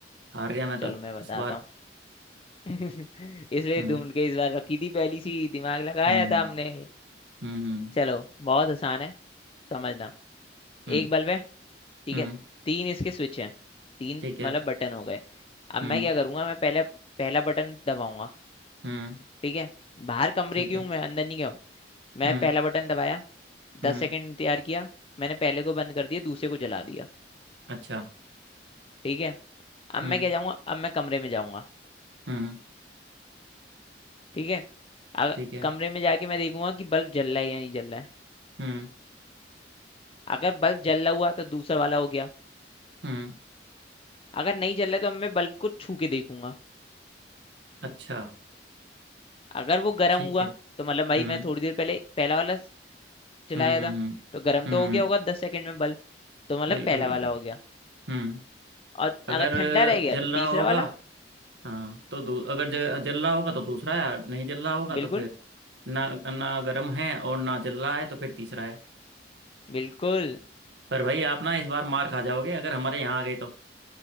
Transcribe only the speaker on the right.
हार गया मैं
तो
इस बार
हम्म
हम्म
हम्म
हम्म
हम्म
ठीक है
हम्म
हम्म
ठीक
है
हम्म
हम्म
अच्छा
हम्म
हम्म
ठीक है
हम्म
हम्म
अच्छा
ठीक
है
हम्म
हम्म हम्म
हम्म
हम्म,
बिल्कुल
बिल्कुल
हम्म
अगर
जल
रहा होगा
हाँ तो दू, अगर ज- जल रहा होगा तो दूसरा है और नहीं जल रहा होगा तो
फिर ना ना गर्म है और ना जल रहा है तो फिर तीसरा है
पर भाई आप ना इस बार मार खा जाओगे अगर हमारे यहाँ आ गए तो